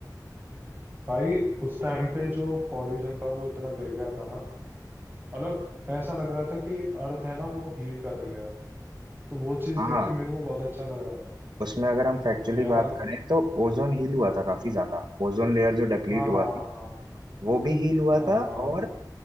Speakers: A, on the right; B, on the right.
A: भाई उस टाइम पे जो पॉल्यूशन था वो इतना गिर गया था ना मतलब ऐसा लग रहा था कि अर्थ है ना वो हील कर रही है तो वो चीज
B: हाँ
A: देख के मेरे को बहुत अच्छा लग रहा था
B: उसमें अगर हम फैक्चुअली
A: कि यार
B: बात करें तो ओजोन हील हुआ था काफी ज्यादा ओजोन लेयर जो डिप्लीट
A: हाँ
B: हुआ
A: हाँ
B: था
A: हाँ
B: वो भी हील हुआ
A: हाँ
B: था
A: हाँ हाँ
B: और
A: हाँ